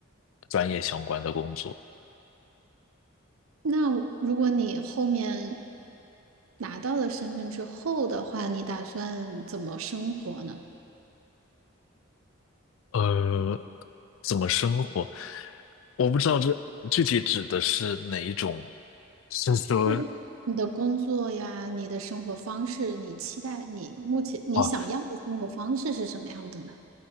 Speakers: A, on the left; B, on the right.
A: 专业相关的工作。
B: 那如果你后面拿到了身份之后的话，你打算怎么生活呢？
A: 呃，怎么生活？我不知道这具体指的是哪一种，是说
B: 就是你的工作呀，你的生活方式，你期待你目前你想要的生活方式是什么样的呢？
A: 啊，哦